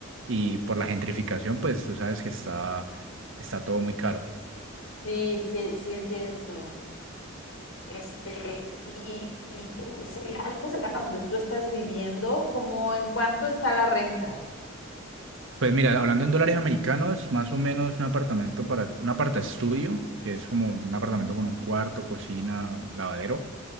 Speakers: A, on the right; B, on the left.
A: Y por la gentrificación, pues tú sabes que está, está todo muy caro.
B: Sí, sí, sí entiendo. Este, y, y tú, ¿sería algo cercano a donde tú estás viviendo? ¿Cómo en cuánto está la renta?
A: Pues mira, hablando en dólares americanos, más o menos un apartamento para, un aparta estudio, que es como un
B: ujú,
A: apartamento con un cuarto, cocina, lavadero.